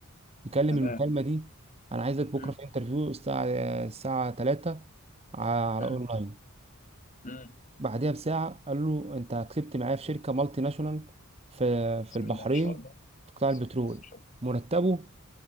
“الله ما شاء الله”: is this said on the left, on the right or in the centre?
Left